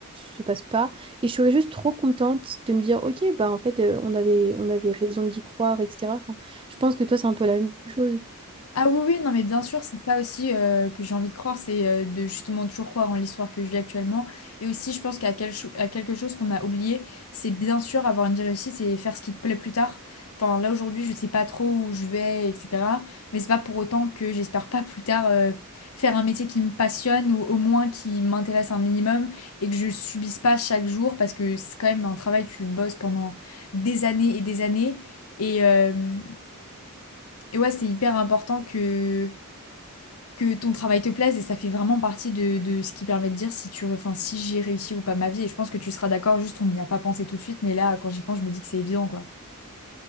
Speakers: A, on the right (about 25°); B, on the left (about 70°).
A: se passe pas. Et je serais juste trop contente de me dire, ok, bah en fait, euh, on avait, on avait raison d'y croire, etc. Enfin, je pense que toi, c'est un peu la même chose.
B: Ah oui, oui, non, mais bien sûr, c'est ça aussi euh, que j'ai envie de croire, c'est euh, de justement toujours croire en l'histoire que je vis actuellement. Et aussi, je pense qu'à quel cho- à quelque chose qu'on a oublié, c'est bien sûr avoir une vie réussite c'est faire ce qui te plaît plus tard. Enfin, là aujourd'hui, je sais pas trop où je vais, etc. Mais c'est pas pour autant que j'espère pas plus tard euh, faire un métier qui me passionne ou au moins qui m'intéresse un minimum et que je subisse pas chaque jour parce que c'est quand même un travail, tu bosses pendant des années et des années. Et, euh, et ouais, c'est hyper important que que ton travail te plaise et ça fait vraiment partie de, de ce qui permet de dire si tu, enfin, si j'ai réussi ou pas ma vie. Et je pense que tu seras d'accord, juste on n'y a pas pensé tout de suite, mais là, quand j'y pense, je me dis que c'est évident, quoi.